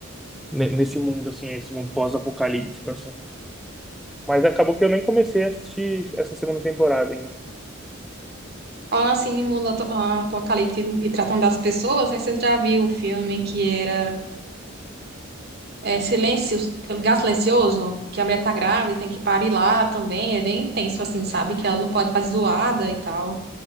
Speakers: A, in the centre; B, on the right (about 50°).
A: ne- nesse mundo, assim, esse mundo pós-apocalíptico, assim. Mas acabou que eu nem comecei a assistir essa segunda temporada ainda.
B: Falam assim, em mundo ato- apocalipse e tratando das pessoas, não sei se você já viu o filme que era é, Silêncio, Lugar Silencioso, que a mulher tá grávida e tem que parir lá também, é bem intenso assim, sabe? Que ela não pode fazer zoada e tal.